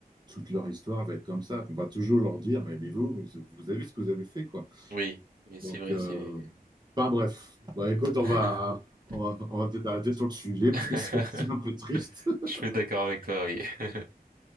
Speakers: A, on the right; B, on the right.
A: toute leur histoire va être comme ça. On va toujours leur dire, mais, mais vous, vous vous avez vu ce que vous avez fait, quoi.
B: Oui, oui,
A: Donc,
B: c'est vrai,
A: euh,
B: c'est vrai.
A: Enfin bref, bah écoute, on
B: <laughs>
A: va, on va, on va peut-être arrêter sur le sujet
B: Je
A: parce que <laughs> c'est c'est un peu triste. <laughs>
B: suis d'accord avec toi, oui. <laughs>